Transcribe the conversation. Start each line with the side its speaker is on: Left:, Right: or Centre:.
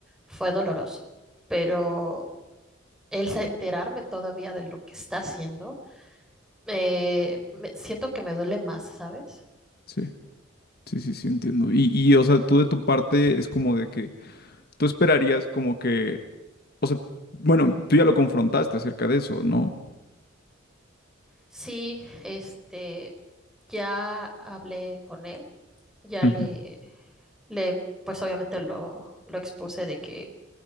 Centre: fue doloroso, pero el sa- enterarme todavía de lo que está haciendo, eh, me- siento que me duele más, ¿sabes?
Left: Sí, sí, sí, sí, entiendo. Y, y, o sea, tú de tu parte es como de que tú esperarías como que, o sea, bueno, tú ya lo confrontaste acerca de eso, ¿no?
Centre: Sí, este, ya hablé con él, ya
Left: Ujú,
Centre: le le, pues obviamente lo, lo expuse de que